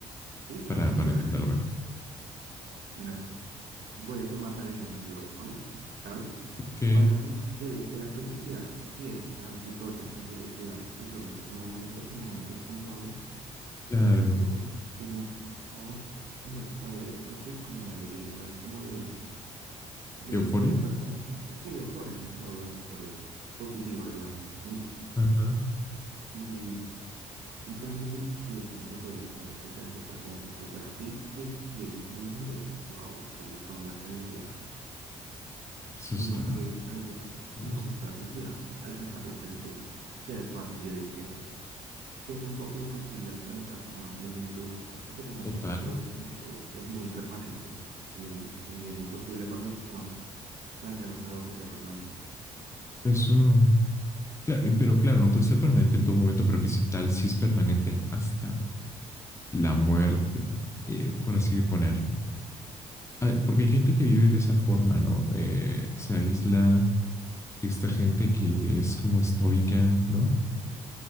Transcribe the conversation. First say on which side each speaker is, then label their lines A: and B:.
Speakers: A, on the right; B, on the left.
A: Sí, claro,
B: para,
A: pues
B: para entenderlo
A: <laughs>
B: mejor.
A: mira, pues, voy a tomarme de ejemplo a mí, ¿sabes?
B: Ok,
A: Para mí, yo digo que la felicidad sí es transitoria, la felicidad sí son esos momentos, son momentos puntuales
B: claro.
A: no lo sentimos en un estado de éxtasis, como de alegría, como de, de
B: ¿Euforia?
A: sentido de pertenencia, sí, de euforia, un estado de euforia positiva, digamos. Mm,
B: Ajá.
A: Y, y para mí sí es transitorio, no es algo que sea súper con- súper así, que llegue un punto donde dice, wow, estoy buscando la felicidad,
B: Eso
A: sino
B: está
A: que a lo que muchas personas
B: profundo.
A: le llaman buscar la felicidad es alcanzar la plenitud, que de paso yo digo que es que es un poco imposible alcanzar una plenitud, porque también
B: Total.
A: el concepto de plenitud es muy permanente y, y es imposible para los humanos plantearnos algo que sea permanente.
B: Eso, claro, y- pero claro, no puede ser permanente en todo momento, pero que si tal, si es permanente hasta la muerte, eh, por así ponerlo. Ah, Porque hay gente que vive de esa forma, ¿no? Eh, se aísla, esta gente que es como estoica, ¿no?